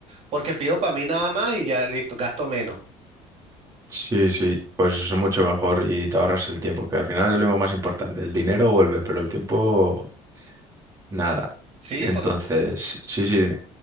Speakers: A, on the right; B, on the right.
A: porque pido para mí nada más y ya listo, gasto menos.
B: Sí, sí, pues es mucho mejor y te ahorras el tiempo, que al final es lo más importante. El dinero vuelve, pero el tiempo, nada.
A: Sí,
B: Entonces, sí, sí, dime.